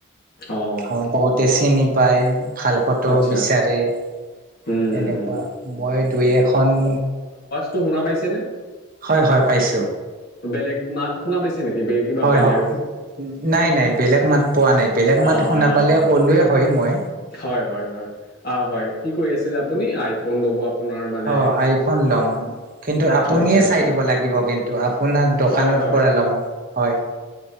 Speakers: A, on the left; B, on the right.
A: অঁ
B: অ বহুতে। চিনি পাই ভাল ফটো
A: আচ্ছা
B: বিচাৰে। তেনেকুৱা
A: উম উম উম
B: মই দুই এখন।
A: টো শুনা পাইছে নে?
B: হয় হয় পাইছো
A: বেলেগ মাত শুনা পাইছে। নেকি বে কিবা
B: হয়
A: বেলেগ
B: হয় নাই নাই বেলেগ মাত। পোৱা নাই বেলেগ মাত
A: অ
B: শুনা
A: অ অ
B: পালে
A: অ
B: ক'লোৱে হয় মই।
A: হয় হয় হয় অ হয় কি কৰি আছিল আপুনি আইফোন ল'ব আপোনাৰ। মানে
B: অ আইফোন ল'ম। কিন্তু আপুনিয়ে
A: আচ্ছা আচ্ছা
B: চাই দিব লাগিব কিন্তু আপোনাক দোকানৰ
A: হয় হয়
B: পৰা লম হয়।